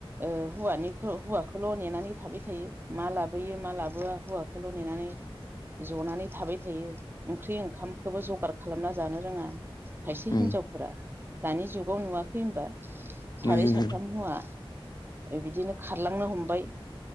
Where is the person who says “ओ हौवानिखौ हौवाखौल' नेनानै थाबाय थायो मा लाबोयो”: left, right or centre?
Right